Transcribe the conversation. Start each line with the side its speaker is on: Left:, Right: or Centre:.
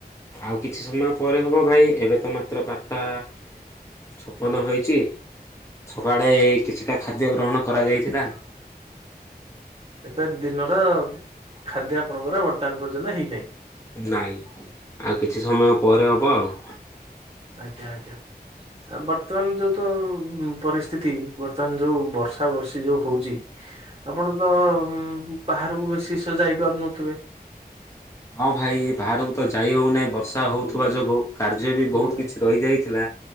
Left: ଆଉ କିଛି ସମୟ ପରେ ହବ ଭାଇ ଏବେ ତ ମାତ୍ର ବାରଟା ଛପନ ହୋଇଛି। ସକାଳେ କିଛିଟା ଖାଦ୍ୟ ଗ୍ରହଣ। କରାଯାଇଥିଲା।
Right: ଏବେ ଦିନର ଖାଦ୍ୟ ଆପଣଙ୍କର ବର୍ତ୍ତମାନ ପର୍ଯ୍ୟନ୍ତ ହେଇନାହିଁ।
Left: ନାଇଁ ଆଉ କିଛି ସମୟ ପରେ ହବ ଆଉ।
Right: ଆଜ୍ଞା ଆଜ୍ଞା। ଆଉ ବର୍ତ୍ତମାନ ଯୋଉ ତ ପରିସ୍ଥିତି ବର୍ତ୍ତମାନ ଯୋଉ ବର୍ଷା ବର୍ଷୀ ଯୋଉ ହଉଛି। ଆପଣ ତ ବାହାରକୁ ବେଶୀ ସେ ଯାଇ ପାରୁନଥିବେ।
Left: ହଁ ଭାଇ ବାହାରକୁ ତ ଯାଇ ହଉନାହିଁ ବର୍ଷା ହଉଥିବା ଯୋଗୁ। କାର୍ଯ୍ୟ ବି
Right: ହୁଁ
Left: ବହୁତ କିଛି ରହିଯାଇଥିଲା